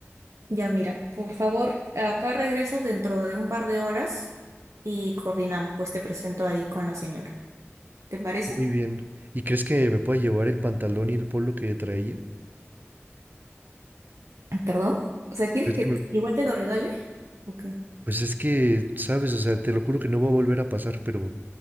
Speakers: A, on the right; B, on the right.
A: Ya, mira, por favor, acá regresas dentro de un par de horas y coordinamos, pues te presento ahí con la señora. ¿Te parece?
B: Muy bien. ¿Y crees que me pueda llevar el pantalón y el polo que traía?
A: Ah, ¿Perdón? O sea, ¿quieres
B: ¿Crees
A: que
B: que me...
A: t- igual te lo regale? Ok.
B: Pues es que, sabes, o sea, te lo juro que no va a volver a pasar, pero,